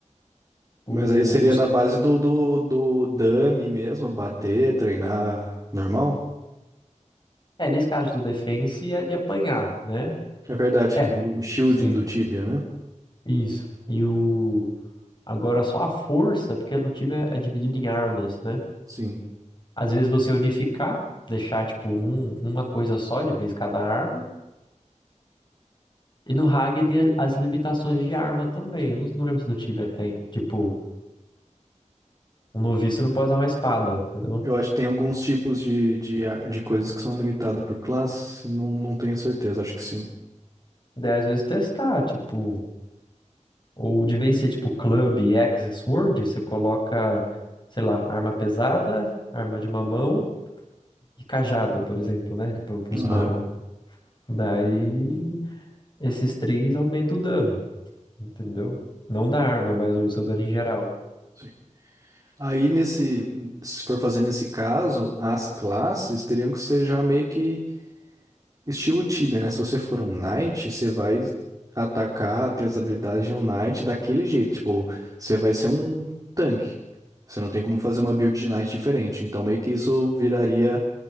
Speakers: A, on the left; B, on the right.
A: O,
B: Mas aí seria
A: os,
B: na base do, do, do dummy mesmo, bater, treinar normal?
A: é, nesse caso do defense é de apanhar, né?
B: É verdade,
A: É,
B: o shielding
A: sim,
B: do Tibia, né?
A: isso. E o Agora, só a força, porque no time é, é dividido em armas, né?
B: Sim.
A: Às vezes você unificar, deixar tipo um, uma coisa só de vez cada arma. E no Hag tem as limitações de arma também. Não, não lembro se no Tibia tem. Tipo, um noviço não pode usar uma espada, entendeu?
B: Eu acho que tem alguns tipos de, de, de coisas que são limitadas por classe, não, não tenho certeza, acho que sim.
A: Daí às vezes testar, tipo, ou de vez ser tipo club, axe, sword, você coloca, sei lá, arma pesada, arma de uma mão e cajado, por exemplo, né? Para os
B: Aham,
A: magos. Daí esses três aumentam o dano. entendeu? Não da arma, mas o seu dano em geral.
B: sim. Aí nesse, se for fazer nesse caso, as classes teriam que ser já meio que estilo Tibia, né? Se você for um knight, você vai atacar, ter as habilidades de um knight daquele jeito, tipo, você vai ser um tanque. Você não tem como fazer uma build de knight diferente, então meio que isso viraria,